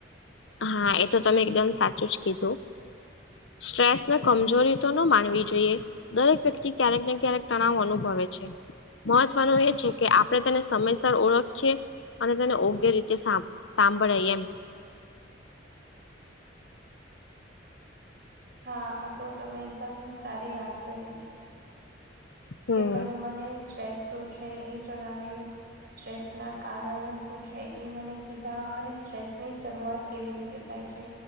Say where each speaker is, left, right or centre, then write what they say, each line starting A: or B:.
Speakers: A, on the left (about 75°); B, on the right (about 55°).
A: હા, એ તો તમે એકદમ સાચું જ કીધું. સ્ટ્રેસને કમજોરી તો ન માનવી જોઈએ. દરેક વ્યક્તિ ક્યારેક ને, ક્યારેક તણાવ અનુભવે છે. મહત્વનું એ છે કે, આપણે તેને સમયસર ઓળખીએ. અને તેને યોગ્ય રીતે સાંભળાય એમ.
B: હા, તો તમે એકદમ, સારી વાત કરી.
A: હમ
B: કે તમે મને સ્ટ્રેસ શું છે? એ જણાવ્યું. સ્ટ્રેસ ના કારણો શું છે? એ મને કીધા અને સ્ટ્રેસ ની શરૂઆત કેવી રીતે થાય છે,